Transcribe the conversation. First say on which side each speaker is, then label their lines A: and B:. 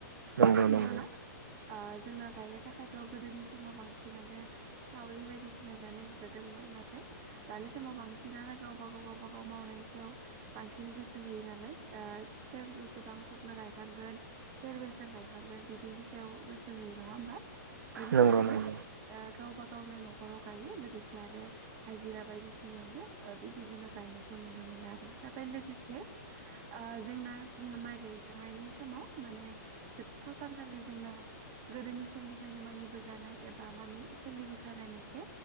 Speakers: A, on the right (about 80°); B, on the right (about 35°).
A: नंगौ
B: बिनि
A: नंगौ
B: उनाव जोंना गायनो थाखायथ' गोदोनि समाव बांसिनानो सावरि बायदिसिना जानाय हुदा दंदोंमोन नाथाय दानि समाव बांसिनानो गावबा गाव गावब गाव मावनायनि बांसिन गोसो होयो नालाय सोर बेसेबां थबनो गायखांगोन सोर बे बिसां गायहांगोन बिदिनि सायाव गोसो होयो नङा होमबा बिनि
A: नंगौ
B: थाखायनो
A: नंगौ।
B: ओ गावबा गावनो न'खराव गायो लोगोसे आरो हाजिरा बायदिसिनायावनो बिदिखौनो गायनायखौ नुनो मोनो। मोनो आरो नाथाय लोगोसे जोंना माइ गायखांनायनि समाव माने जोबथा सानखालि जोंना गोदोनि समनिफ्रायनो मानि बोगानाय एबा मानि सोलिबोखानाय मोनसे